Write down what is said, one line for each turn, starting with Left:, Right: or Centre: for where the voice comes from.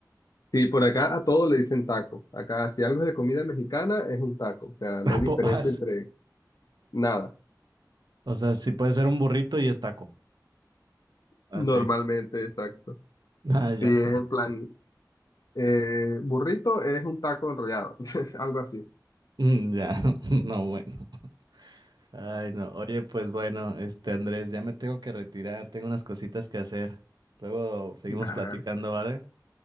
Left: Sí, por
Right: <laughs>
Left: acá a todo le dicen taco. Acá, si algo es de comida mexicana, es un taco. O sea, no
Right: Ah,
Left: hay
Right: po-
Left: diferencia
Right: ah, s-
Left: entre nada.
Right: O sea, si puede ser un burrito y es taco. Así.
Left: Normalmente, exacto.
Right: Ah, sí. Ah, ya.
Left: Si es
Right: <laughs>
Left: en plan, eh, burrito es un taco enrollado, <laughs> algo así.
Right: Mm, Ya. <laughs> No, bueno. Ay, no. Oye, pues bueno, este Andrés, ya me tengo que retirar, tengo unas cositas que hacer. Luego seguimos
Left: Nah,
Right: platicando, ¿vale?